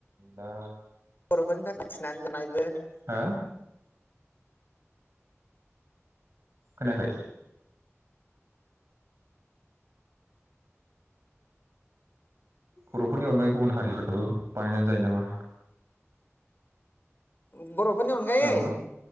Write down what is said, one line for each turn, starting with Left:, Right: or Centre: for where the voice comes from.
Right: बा
Left: बरफोरनि थाखाय थिनानै जानायबो
Right: हो खोनायाखै बरफोरनि अनगायै गुबुन हारि दैफोराबो बानायनानै जायो नामा
Left: <inaudible> बरफोरनि अनगायै
Right: औ